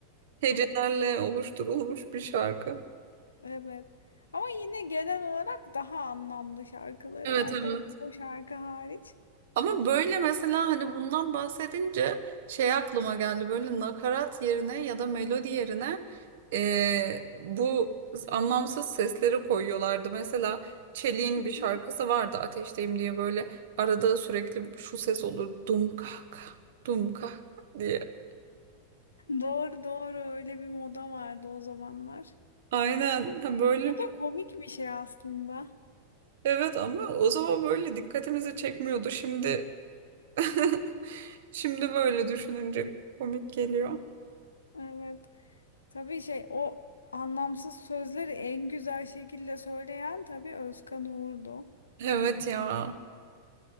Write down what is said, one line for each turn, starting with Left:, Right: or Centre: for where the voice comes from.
Right: hecelerle
Left: Hah,
Right: oluşturulmuş bir şarkı.
Left: evet. Ama yine genel olarak daha anlamlı şarkıları
Right: Evet
Left: var.
Right: evet.
Left: O, o şarkı hariç.
Right: Ama böyle mesela hani bundan bahsedince şey aklıma geldi böyle nakarat yerine ya da melodi yerine eee, bu anlamsız sesleri koyuyorlardı. Mesela Çelik'in
Left: <laughs>
Right: bir şarkısı vardı Ateşteyim diye böyle arada sürekli şu ses olur dum kah kah dum kah kah diye.
Left: Doğru doğru öyle bir moda vardı o zamanlar.
Right: Aynen Ha, böyle
Left: O da komik bir şey aslında.
Right: Evet ama o zaman böyle dikkatimizi çekmiyordu. Şimdi <laughs> şimdi böyle düşününce komik geliyor.
Left: Evet. Tabii şey o anlamsız sözleri en güzel şekilde söyleyen tabii Özkan Uğur'du.
Right: Evet ya.